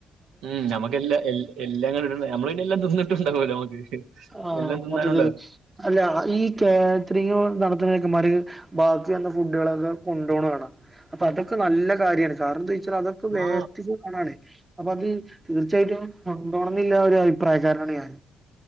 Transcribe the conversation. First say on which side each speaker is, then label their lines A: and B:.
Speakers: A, on the right; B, on the right.
A: ഉം നമുക്കെല്ലാം എല്ലാം കണ്ടിട്ടുണ്ട് നമ്മള് പിന്നെ എല്ലാം തിന്നിട്ടുണ്ടാവുമല്ലോ നമുക്ക്
B: ആഹ്
A: എല്ലാം തിന്നാനുണ്ടാവും
B: മൊത്തത്തിൽ അല്ലാ ഈ കാറ്ററിംഗ് നടത്തുന്ന ചെക്കന്മാര് ബാക്കി വന്ന ഫുഡുകളൊക്കെ കൊണ്ടോവണ കാണാം അപ്പൊ അതൊക്കെ നല്ല കാര്യമാണ് കാരണം എന്താ വെച്ചാൽ അതൊക്കെ
A: ആ
B: വേസ്റ്റേജ് പോണാണ് അപ്പൊ അത് തീർച്ചയായിട്ടും കൊണ്ടോവണന്നുള്ള ഒരു അഭിപ്രായക്കാരനാണ് ഞാൻ